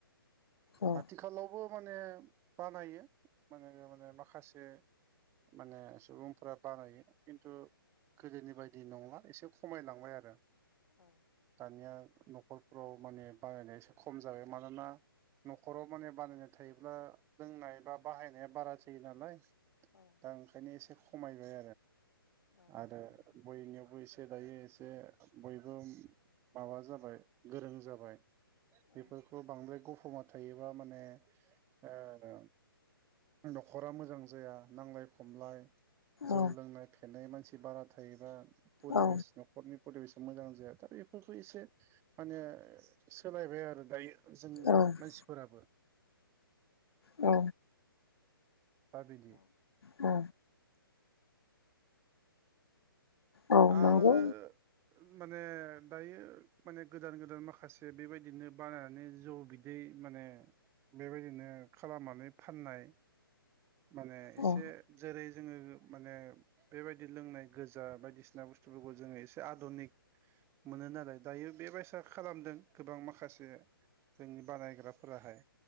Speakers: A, on the left; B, on the right.
A: औ
B: आथिखालावबो माने बानायो माने माखासे एसे माने सुबुंफोरा बानायो खिन्थु गोदोनि बायदि नंला एसे खमायलांबाय आरो दानिया। न'खरफ्राव माने बानायनाया एसे खम जाबाय मानोना न'खराव माने बानायनाय थायोब्ला लोंनाय बा बाहायनाया बारा थाजो नालाय दा ओंखायनो एसे खमायबाय आरो बयनियावबो एसे दायो एसे बयबो माबा जाबाय गोरों जाबाय बेफोरखौ बांद्राय गुफ हौवा थायोब माने ओ न'खरा मोजां जाया नांलाय खमलाय जौ
A: औ
B: लोंनाय फेनाय मानसि बारा थायोबा। फरिबेस
A: औ
B: न'खरनि। फरिभेस मोजां जाया दा बेफोरखौ एसे माने सोलायबाय आरो दायो जों
A: औ
B: मानसिफोराबो
A: औ
B: दा बिदि
A: औ औ
B: आरो
A: नंगौ
B: माने दायो माने गोदान गोदान माखासे बेबायदिनो बानायनानै जौ बिदै माने बेबायदिनो खालामनानै फाननाय माने एसे
A: औ
B: जेरै जोङो माने बेबायदि लोंनाय गोजा बायदिसिना बुसथुफोरखौ जोङो एसे आद'निक मोनो नालाय दायो बेबायसा खालामदों गोबां माखासे जोंनि बानायग्राफोराहाय